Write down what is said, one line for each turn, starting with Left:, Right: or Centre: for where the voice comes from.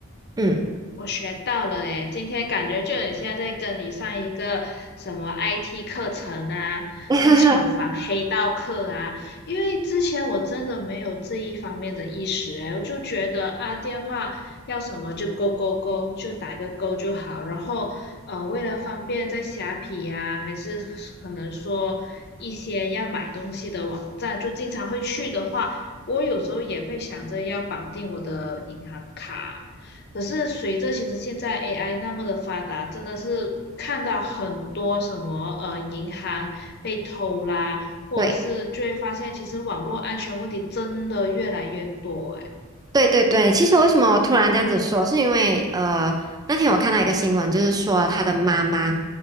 Right: 嗯，
Left: 我学到了诶，今天感觉就很像在跟你上一个什么 IT 课程啊，
Right: <laughs>
Left: 那种防黑道课啊，因为之前我真的没有这一方面的意识诶，我就觉得啊，电话要什么就勾勾勾，就打个勾就好，然后呃，为了方便在虾皮呀、还是可能说一些要买东西的网站，就经常会去的话，我有时候也会想着要绑定我的银行卡。可是随着其实现在 AI 那么的发达，真的是看到很多什么呃银行被偷啦，或者是就会发现其实网络安全问题真的越来越多诶。
Right: 对。对对对，其实为什么我突然这样子说，是因为呃，那天我看到一个新闻，就是说他的妈妈